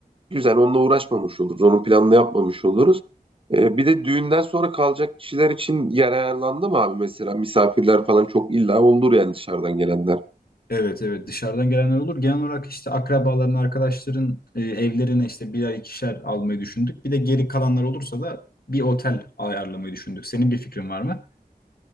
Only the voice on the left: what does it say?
Evet evet dışarıdan gelenler olur. Genel olarak işte akrabaların, arkadaşların e, evlerine işte birer ikişer almayı düşündük. Bir de geri kalanlar olursa da bir otel ayarlamayı düşündük. Senin bir fikrin var mı?